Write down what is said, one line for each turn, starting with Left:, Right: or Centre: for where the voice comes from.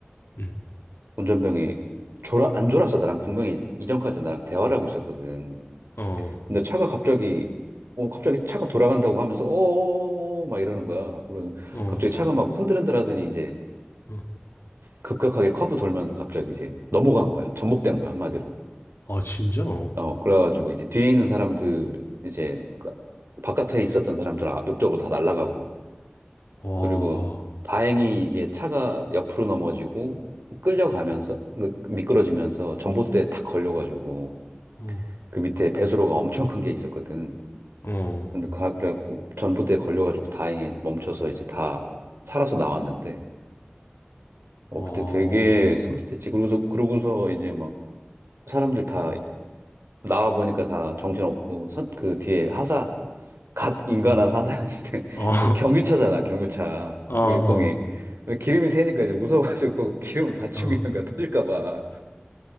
Left: 음.
Right: 운전병이 졸아 안 졸았어. 나랑 분명히 이전까지 나랑 대화를 하고 있었거든.
Left: 어,
Right: 근데 차가 갑자기 어 갑자기 차가 돌아간다고 하면서 어어어막 이러는
Left: 어,
Right: 거야. 그래서
Left: 어,
Right: 갑자기 차가 막 흔들흔들 하더니 이제
Left: 어.
Right: 급격하게 커브 돌면서 갑자기 이제 넘어간 거야. 전복된 거야, 한마디로.
Left: 아, 진짜? 어.
Right: 어, 그래가지고 이제 뒤에 있는 사람들, 이제 그 바깥에 있었던 사람들 앞- 옆쪽으로 다 날아가고.
Left: 와,
Right: 그리고 다행히 이게 차가 옆으로 넘어지고 끌려가면서, 그 미끄러지면서 전봇대에 탁 걸려가지고
Left: 어,
Right: 그 밑에 배수로가 엄청 큰 게 있었거든.
Left: 어,
Right: 근데 그- 그래갖고 전봇대에 걸려가지고 다행히 멈춰서 이제 다 살아서 나왔는데, 어,
Left: 와,
Right: 그때
Left: 어,
Right: 되게 섬찟했지. 그러고서, 그러고서 이제 막 사람들 다 나와 보니까 다 정신없고 선, 그 뒤에 하사 갓 인간한
Left: 어,
Right: 하사였는데
Left: <laughs> 어,
Right: <laughs> 그 경유차잖아 경유차
Left: 어, 어,
Right: 그 60이 기름이 새니까 이제 무서워가지고 <laughs> 그 기름을 받치고
Left: 어,
Right: 있는 거야 터질까 봐